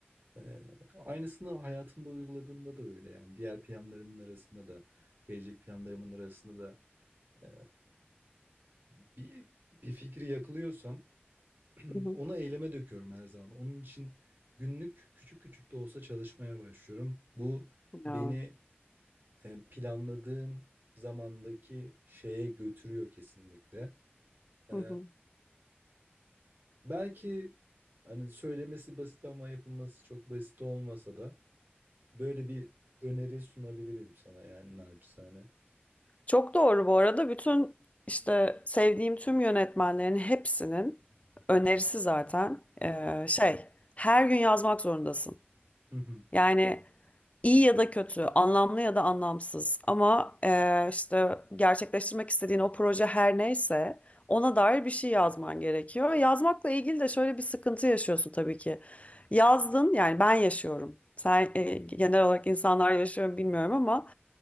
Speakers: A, on the right (about 55°); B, on the left (about 35°).
A: Ee, aynısını hayatımda uyguladığımda da öyle yani diğer planlarımın arasında da gelecek planlarımın arasında da e, bir bir fikri yakalıyorsam <clears throat>
B: hı,
A: onu eyleme döküyorum her zaman. Onun için günlük küçük küçük de olsa çalışmaya başlıyorum. Bu
B: hı
A: beni e, planladığım zamandaki şeye götürüyor kesinlikle. Ee,
B: hı. Evet.
A: belki hani söylemesi basit ama yapılması çok basit olmasa da böyle bir öneri sunabilirim sana yani naçizane.
B: Çok doğru bu arada. Bütün işte sevdiğim tüm yönetmenlerin hepsinin önerisi zaten eee, şey her gün yazmak zorundasın.
A: <laughs>
B: Yani İyi ya da kötü, anlamlı ya da anlamsız ama eee, işte gerçekleştirmek istediğin o proje her neyse ona dair bir şey yazman gerekiyor. Yazmakla ilgili de şöyle bir sıkıntı yaşıyorsun tabii ki. Yazdın yani ben yaşıyorum. Sen e, genel olarak insanlar yaşıyor mu bilmiyorum ama